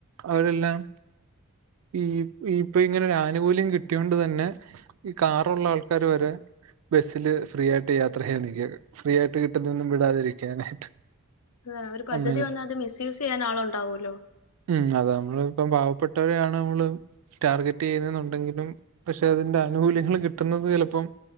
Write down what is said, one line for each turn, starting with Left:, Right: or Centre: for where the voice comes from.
Right: അവരെല്ലാം ഈ ഈ ഇങ്ങനൊരാനുകൂല്യം കിട്ടിയൊണ്ട് തന്നെ ഈ കാറൊള്ള ആൾക്കാാര് വരെ ബസ്സില് ഫ്രീ ആയിട്ട് യാത്ര ചെയ്യാൻ നിക്ക ഫ്രീ ആയിട്ട് കിട്ടുന്നൊന്നും വിടാതിരിക്കാനായിട്ട്.
Left: അത ഒരു പദ്ധതി
Right: അങ്ങനെ
Left: വന്ന അത് മിസ്യൂസ് ചെയ്യാൻ ആള് ഉണ്ടാവൂല്ലോ-
Right: ഉം അത നമ്മള് ഇപ്പം പാവപ്പെട്ടവരെയാണ് നമ്മള് ടാർഗറ്റ് ചെയ്യുന്നെന്നുണ്ടെങ്കിലും പക്ഷെ അതിന്റെ ആനുകൂല്യങ്ങൾ കിട്ടുന്നത് ചെലപ്പം-